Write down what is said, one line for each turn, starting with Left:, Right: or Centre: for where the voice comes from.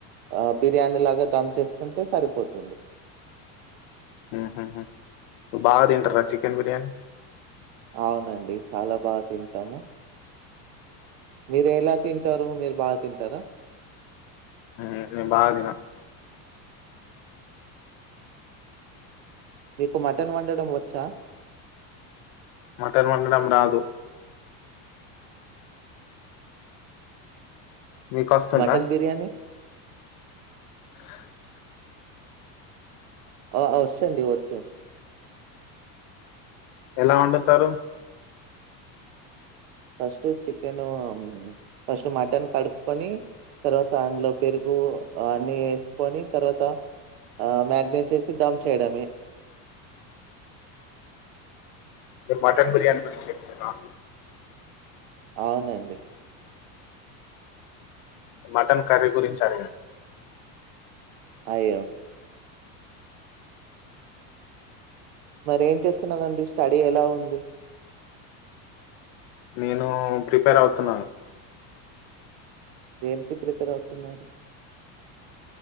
Right: ఆ బిర్యానీ లాగా దమ్ చేసుకుంటే సరిపోతుంది
Left: హుహుహు బాగదింటర చికెన్ బిర్యానీ
Right: అవునండి చాలా బాగా తింటాము మీరు ఎలా తింటారు మీరు బాగా తింటారా
Left: మ్ నేను బాగాదిన
Right: మీకు మటన్ వండడం వచ్చా
Left: మటన్ వండడం రాదు మీకు వస్తుందా
Right: మటన్ బిర్యానీ
Left: అ <inaudible>
Right: ఆ వచ్చండి వచ్చు
Left: ఎలా వండుతారు
Right: ఫస్ట్ చికెన్ ఫస్ట్ మటన్ కనుక్కొని తర్వాత అందులో పెరుగు అన్ని వేసుకొని తర్వాత ఆ మాగ్నేట్ చేసి దమ్ చేయడమే
Left: మటన్ బిర్యాని గురించి చెప్పుతున్నవా
Right: అవునండి
Left: మటన్ కర్రీ గురించి అడిగా
Right: అయ్యో మరి ఏం చేస్తున్నారండి స్టడీ ఎలా ఉంది
Left: నేను ప్రిపేర్ అవుతున్నాను
Right: దేనికి ప్రిపేర్ అవుతున్నారు